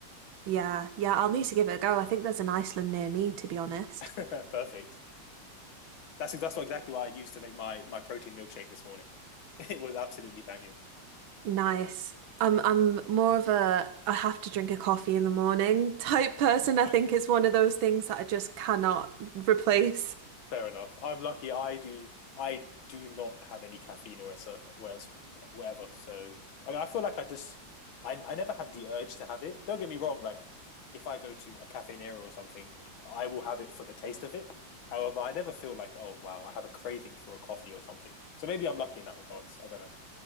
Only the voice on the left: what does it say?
that. <laughs> Perfect. That's that's what exactly what I used to make my my protein milkshake this morning. <laughs> It was absolutely banging.
Oh.
<laughs>
Fair enough. I'm lucky. I do. I do not have any caffeine or so whatever. So I mean, I feel like I just I I never have the urge to have it. Don't get me wrong. Like if I go to a cafe Nero or something, I will have it for the taste of it. However, I never feel like oh wow, I have a craving for a coffee or something. So maybe I'm lucky in that regards. I don't know.